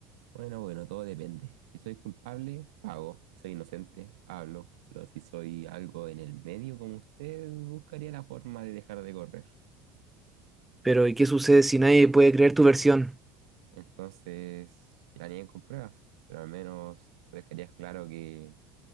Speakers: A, on the right (about 80°); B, in the centre.
A: Bueno, bueno, todo depende. Si soy culpable, pago. Si soy inocente, hablo. Pero si soy algo en el medio como usted, buscaría la forma de dejar de correr.
B: Pero ¿y qué sucede si nadie puede creer tu versión?
A: Entonces, que la nieguen con pruebas, pero al menos dejarías claro que